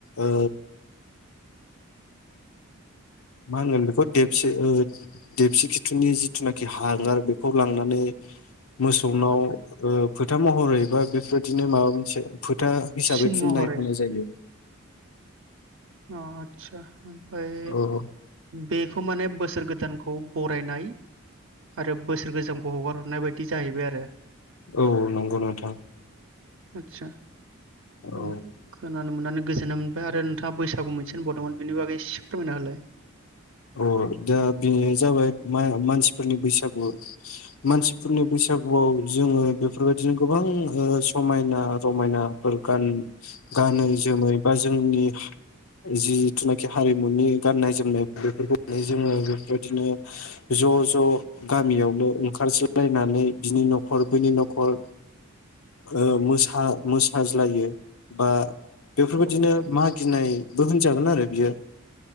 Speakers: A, on the left; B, on the right.
A: ओ मा होनगोन बेखौ देबसे ओ देबसि खिथुनि जिथुनाखि हांगार बेखौ लांनानै मोसौनाव ओ फोथा महरै बा बेफोरदिनो माबा मोनसे फो था हिसाबै
B: सिन
A: फुननाय
B: महरै
A: होनाय जायो।
B: अ आदसा ओमफ्राय
A: औ औ
B: बेखौ माने बोसोर गोदानखौ बरायनाय आरो बोसोर गोजामखौ हगार हरनाय बायदि जाहैबाय आरो।
A: औ नंगौ नोंथां।
B: आतसा।
A: औ
B: खोनानो मोननानानै गोजोननाय मोनबाय आरो नोंथाङा बैसागु मोनसे होनबावदोंमोन बेनि बागै एसे फोरमायना होलाय।
A: औ दा बेयो जाबाय मानसिफोरनि बैसागु। मानसिफोरनि बैसागुआव जोंङो बेफोरबायदिनो गोबां ओ समायना रमायनाफोर गान गानै जोमै बा जोंनि जिथुनाखि हारिमुनि गाननाय जोमनाय बेफोरखौ जोंङो बेफोरबायदिनो ज' ज' गामियावनो ओंखारज्लायनानै बिनि न'खर बैनि न'खर ओ मोसा मोसाज्लायो बा बेफोरबायदिनो
B: औ नोंथां
A: मागिनायबो होनजागोन आरो। बियो